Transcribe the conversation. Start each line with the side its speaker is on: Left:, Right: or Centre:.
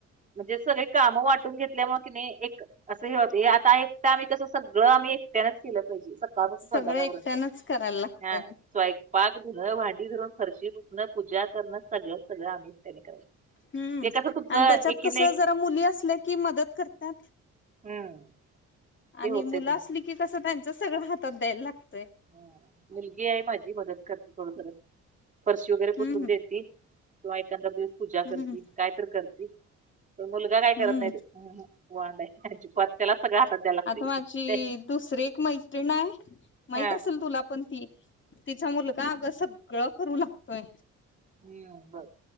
Right: म्हणजे सगळे काम वाट तु घेतल्यामुळे कि एक असं हे होत आता एक आम्ही कसं सगळं आम्ही एकट्यानच केलं पाहिजे.
Left: सगळं
Right: अन ऎंटिलेजेबल
Left: एकट्यानच करायला लागतंय.
Right: पाक धुणं भांडी धरून फर्ची पुसण पुजा करणं सगळं सगळं आम्ही त्यांनी करायच.
Left: हम्म
Right: ते कसं तुमचं
Left: आणि त्याच्यात
Right: एकीने
Left: कस
Right: एक
Left: जरा मुली असल्या कि मदत करतात.
Right: हम्म ते
Left: आणि
Right: होते
Left: मुलं
Right: तुमचं.
Left: असली की कसं त्यांच सगळं हातात द्यायला लागत.
Right: हा मुलगी आहे माझी मदत करते थोड जरस फरशी वगैरे पुसून
Left: हम्म
Right: देत किंवा एखाद्या दिवस पुजा
Left: हम्म
Right: करती काय तर करते मुलगा काय
Left: हम्म
Right: करत नाही तो वांड आहे अजिबात त्याला सगळं हातात द्यायला लागतंय.
Left: आता माझी
Right: ते
Left: दुसरीे एक मैत्रीिण आहे मै
Right: हा
Left: असल तुला पण ती तिचा मुलगा अग सगळं करू लागतोय.
Right: हम्म बर